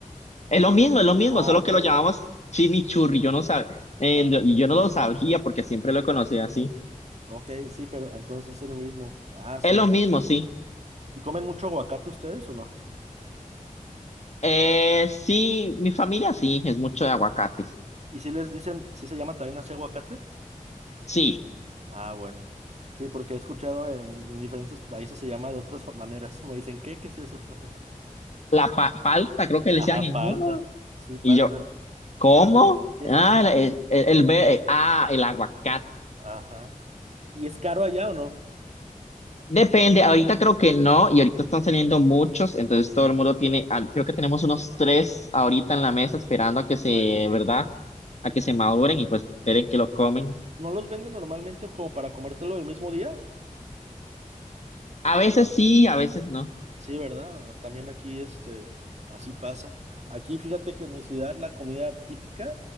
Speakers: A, on the left (about 55°); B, on the right (about 50°).
A: Es lo mismo, es lo mismo,
B: Ah,
A: solo
B: ok.
A: que lo llamamos chimichurri. Yo no sab... eh,
B: Ah,
A: no- yo no lo sabía porque siempre lo conocía así.
B: ok, sí, pero entonces es el mismo. Ah, sí.
A: Es lo mismo, sí.
B: ¿Y comen mucho aguacate ustedes o no?
A: Eh, sí, mi familia sí, es mucho de aguacate.
B: ¿Y si les dicen, si se llama también así aguacate?
A: Sí,
B: Ah, bueno. Sí, porque he escuchado en, en diferentes países se llama de otras fa- maneras. <laughs> Me dicen, ¿qué? ¿Qué es eso? <laughs>
A: la pa- palta creo que le
B: Ajá,
A: decían en
B: palta.
A: uno.
B: Sí, palta.
A: Y yo, ¿cómo?
B: ¿Qué es
A: Ah,
B: eso?
A: la- el, el, el ve- eh, ah, el aguacate.
B: Ajá. ¿Y es caro allá o no?
A: Depende, ahorita creo que no, y ahorita están saliendo muchos, entonces todo el mundo tiene, ah, creo que tenemos unos tres ahorita en la mesa esperando a que se,
B: Ah, qué rico.
A: ¿verdad? A que se maduren y pues ver en qué lo comen.
B: ¿No los venden normalmente como para comértelo el mismo día?
A: A veces sí, a veces no.
B: Sí, ¿verdad? También aquí, este, así pasa. Aquí, fíjate que en mi ciudad la comida típica